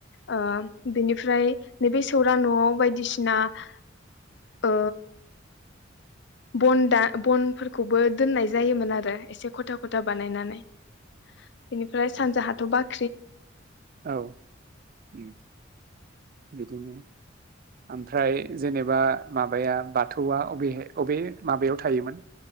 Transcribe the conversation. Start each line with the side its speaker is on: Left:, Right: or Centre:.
Left: ओ बेनिफ्राय नैबे सौरा न'आव बायदिसिना <inaudible> ओ बन दा बनफोरखौबो दोननाय जायोमोन आरो एसे खथा खथा बानायनानै बेनिफ्राय सानजाहाथ'
Right: औ
Left: बा
Right: औ ओम बिदिनो ओमफ्राय जेनेबा माबाया बाथौआ अबे अबे माबायाव थायोमोन?